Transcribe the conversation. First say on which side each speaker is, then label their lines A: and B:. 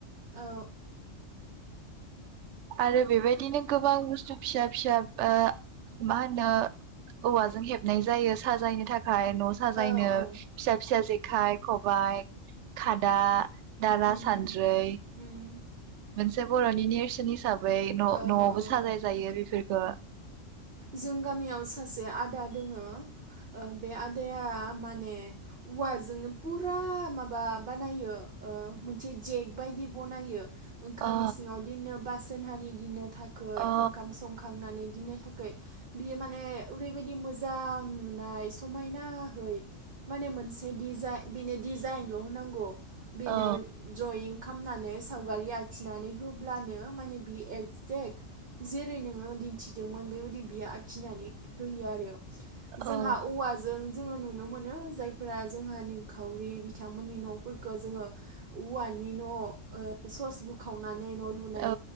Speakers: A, on the right; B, on the right.
A: औ
B: आरो बेबायदिनो गोबां बुस्थु फिसा फिसा ओ मा होनो औवाजों हेबनाय जायो साजायनो थाखा य न साजायनो
A: औ औ
B: फिसा फिसा जे खाइ, खबाइ, खादा दाला
A: उम
B: सानद्रै
A: उम
B: मोनसे बर'नि नेरसोन हिसाब बै न
A: औ
B: नयावबो
A: औ
B: साजाय जायो बेफोर खो
A: जों गामियाव सासे आदा दोङो ओ बे आदाया मा ने उवाजोंनो पुरा माबा बानायो ओ मोनसे जेक बायदि बनायो। ओंखाम
B: अ
A: इसिङाव दिननो बास जोंहानि दिन थाखै
B: अ
A: ओंखाम संखांनानै दिनो बियो माने ओरैबायदि मोजां नुनाय समायनाहै माने मोनसे डिजाइ बेनो डिजाइनल होनांगौ बिनो
B: औ
A: द्रइं खामनानै सावगारि आखिनानै होब्लानो माने बि एक्जेक्ट जेरै नोङो दिन्थिदोंमोन बै बियो आखिनानै होयो आरो जोंहा
B: औ
A: औवाजों जोङो नुनो मोनो जायफोरा जोंहा निंखावरि बिथांमोननि नफोरखौ जोङो उवानि न ओ सस बुखाव नानै न लुनाय
B: औ